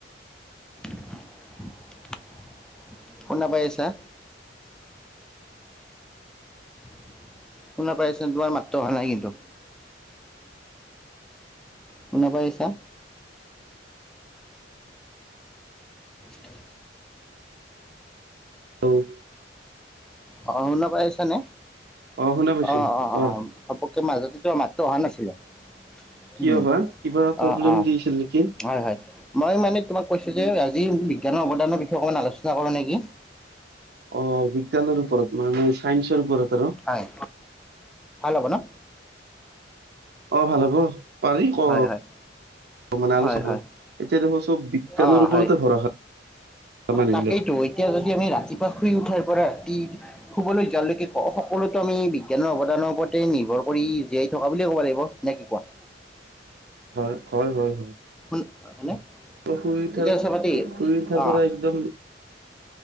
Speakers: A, in the centre; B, on the right.
A: <inaudible> শুনা পাই আছা? <inaudible> শুনা পাইআছে তোমাৰ মাত টো অহা নাই কিন্তু। শুনা পাই আছা? <unintelligible>
B: হেল্ল'
A: অ'শুনা পাই আছা নে?
B: অ শুনা পাইছো
A: অ', - অ', - অ',
B: কোৱা
A: - অ', হ'ব। ত' মাজতে তোমাৰ মাতটো অহা নাছিলে।
B: কিয়
A: উম,
B: বা কিবা প্ৰব্লেম
A: অহ -অহ,
B: দিছিল নেকি
A: হয় -হয় মই মানে তোমাক কৈছো যে আজি বিজ্ঞানৰ অৱদানৰ বিষয়ে অকণমান আলোচনা কৰো নেকি?
B: অহ, বিজ্ঞানৰ ওপৰত মানে চাইন্সৰ ওপৰত। আৰু
A: হয়, ভাল হ'ব ন'?
B: অহ, ভাল হ'ব পাৰি ক
A: হয় হয়
B: মানে আলো
A: হয়
B: চব
A: হয়
B: এতিয়া দেখো চব বিজ্ঞানৰ
A: অ
B: ওপৰতে
A: হয়
B: ভৰসা মানুহবিলাক
A: তাকেইতো এতিয়া যদি আমি ৰাতিপুৱা শুই উঠাৰ পৰা তিৰ শুবলৈ যোৱালৈকে সকলোতো আমি বিজ্ঞানৰ অৱদানৰ ওপৰতে নিৰ্ভৰ কৰি জীয়াই থকা বুলি <unintelligible> লাগিব নে কি কোৱা?
B: হয়- হয় -হয় <unintelligible>
A: শুন হয়নে?
B: অহ, শুই উঠাৰ
A: এতিয়া চাবাতি
B: শুই উঠাৰ
A: অ'
B: পৰা একদম